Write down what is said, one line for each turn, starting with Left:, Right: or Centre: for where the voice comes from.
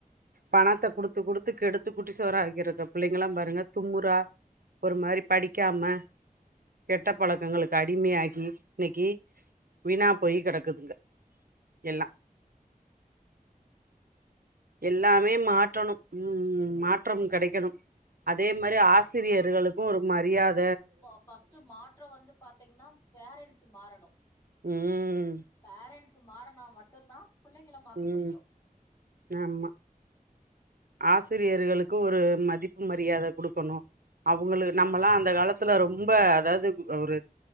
Right: பணத்த குடுத்து குடுத்து கெடுத்து குட்டிச்செவுரா ஆக்கிறத புள்ளைங்களா பாருங்க தும்முரா ஒரு மாரி படிக்காம கெட்ட பழக்கங்களுக்கு அடிமையாகி இன்னிக்கி வீணா போயி கெடக்குதுங்கா எல்லா எல்லாமே மாற்றணோ ம் மாற்றம் கெடைக்கணு அதே மாரி ஆசிரியர்களுக்கோ ஒரு மரியாத
Left: போ ஃபர்ஸ்ட்டு மாற்றம் வந்து பாத்தீங்னாம் ப்ரெண்ட்ஸ் மாறணு
Right: ம்
Left: ப்ரெண்ட்ஸ் மாறனா மட் டுந்தா புள்ளைங்கள மாத்த
Right: ம்
Left: முடியு
Right: ஆமா ஆசிரியர்களுக்கு ஒரு மதிப்பு மரியாத குடுக்கணோ அவுங்களு நம்மல்லா அந்த காலத்துல ரொம்ப அதாது பு ப ஒரு